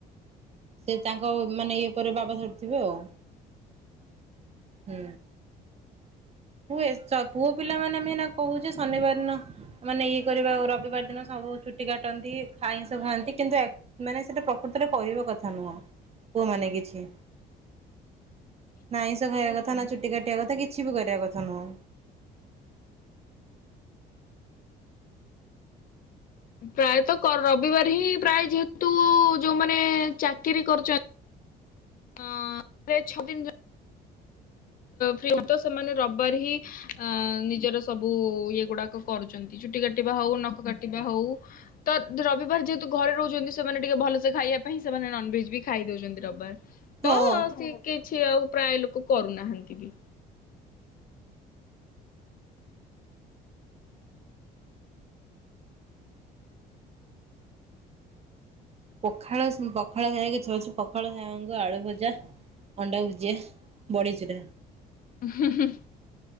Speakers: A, on the right; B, on the left.
A: ସେ ତାଙ୍କ ମାନେ ଇଏ ପରେ ବାବା ଧରିଥିବେ ଆଉ। ହୁଁ। ହୁଏ ସ-ପୁଅ ପିଲାମାନେ ଭିନା କହୁଛି ଶନିବାରନ ମାନେ ଇଏ କରିବା ଓ ରବିବାର ଦିନ ସବୁ ଚୁଟି କାଟନ୍ତି, ଆଇଁଷ ଖାଆନ୍ତି କିନ୍ତୁ ଏ ମାନେ ସେଟା ପ୍ରକୃତରେ କରିବା କଥା ନୁହଁ ପୁଅ ମାନେ କିଛି। ନା ଆଇଁଷ ଖାଇବା କଥା ନା, ଚୁଟି କାଟିବା କଥା କିଛି ବି କରିବା କଥା ନୁହଁ।
B: ପ୍ରାୟତ କର ରବିବାର ହିଁ ପ୍ରାୟ ଯେହେତୁ ଯୋଉମାନେ ଚାକିରି କରୁଚ ଅଁ, ରେ ଛଅ ଦିନ ଯୋ ଫି ତ ସେମାନେ ରବିବାର ହିଁ ନିଜର ସବୁ ଇଏ ଗୁଡାକ କରୁଛନ୍ତି। ଚୁଟି କାଟିବା ହଉ ନଖ କାଟିବା ହଉ। ତ ରବିବାର ଯେହେତୁ ଘରେ ରହୁଛନ୍ତି ସେମାନେ ଟିକେ ଭଲସେ ଖାଇବା ପାଇଁ ସେମାନେ ନନଭେଜ ବି ଖାଇଦଉଛନ୍ତି ରବିବାର।
A: ହଁ
B: ତ
A: ହଁ।
B: ସେ କିଛି ଆଉ ପ୍ରାୟ ଲୋକ କରୁନାହାନ୍ତି ବି।
A: ପଖାଳ ପଖାଳ ଖାଇବାକୁ ଇଛା ହଉଛି ପଖାଳ ସାଙ୍ଗକୁ ଆଳୁ ଭଜା। ଅଣ୍ଡା ଭୁଜିଆ, ବଢ଼ି ଚୁରା।
B: ହୁଁ, ହୁଁ।